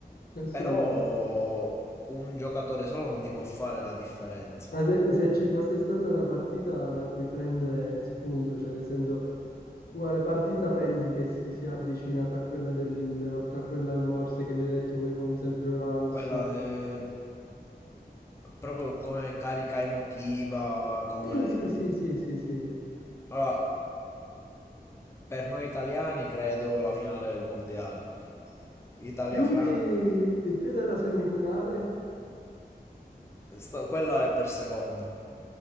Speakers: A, on the left; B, on the left.
A: eh sì,
B: Però
A: no.
B: un giocatore solo non ti può fare la differenza.
A: Ma se, se ci fosse stata una partita da cui prendere spunto, cioè nel senso, quale partita pensi che si sia avvicinata a quella dell'Inter, oltre a quella morse che mi hai detto qui con Sergio Ramos?
B: Quella eh, proprio come carica emotiva, come...
A: Sì, sì, sì, sì, sì, sì.
B: Allora, per noi italiani credo la finale del mondiale. Italia-Francia.
A: Più di, più della semifinale?
B: Sta- Quella è per seconda.